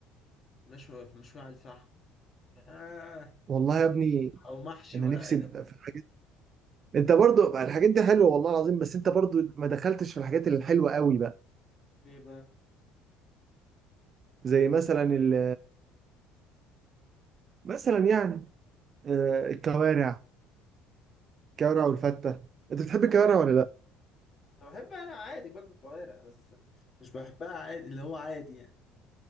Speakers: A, on the left; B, on the right.
A: مشوي مشويه على الفحم آه.
B: والله يا ابني
A: او محشي
B: انا
A: ورق
B: نفسي
A: عنب
B: بقى في الحاجات انت برضو الحاجات دي حلوه والله العظيم بس انت برضو ما دخلتش في الحاجات الحلوه قوي بقى
A: ايه بقى
B: زي مثلا ال مثلا يعني آه، الكوارع الكوارع والفته انت بتحب الكوارع
A: لا يا
B: ولا
A: عم.
B: لا
A: انا بحبها انا عادي باكل كوارع بس مش بحبها عادي اللي هو عادي يعني